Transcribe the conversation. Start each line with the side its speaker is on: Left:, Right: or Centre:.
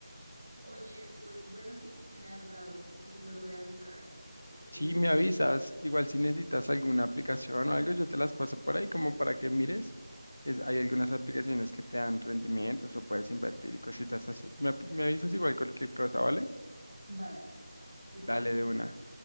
Right: Oye, pues buenos tips que me has dado, creo que sí los voy a aplicar. E- Este,
Left: Sí, me avisas. Igual si necesitas alguna aplicación o algo, yo te las paso por ahí como para que mires. Es- hay algunas aplicaciones que te dan rendimientos o puedes invertir y cositas así. Me, ap- me avisas igual cualquier cosa, ¿vale?
Right: vale, que
Left: Dale
Right: estés bien.
Left: de una.